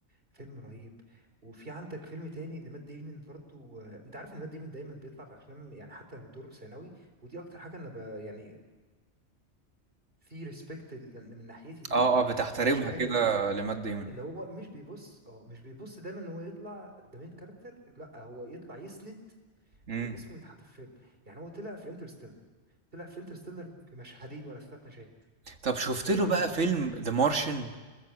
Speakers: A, on the right; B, on the right.
A: فيلم رهيب وفي عندك فيلم تاني لمات ديمون برضو آه، انت عارف ان مات ديمون دايما بيطلع في افلام يعني حتى لو دور ثانوي ودي اكتر حاجه انا ب... يعني في ريسبكت من ناحيتي دي
B: اه اه بتحترمها
A: علشان الحته
B: كده
A: دي
B: لمات ديمون
A: اللي هو مش بيبص اه مش بيبص دايما ان هو يطلع ده مين كاركتر لا هو يطلع يسند
B: امم
A: واسمه يتحط في فيلم يعني هو طلع في انترستيلر طلع في انترستيلر في مشهدين ولا ثلاث مشاهد
B: طب شفت
A: تمام
B: له بقى فيلم ذا مارشن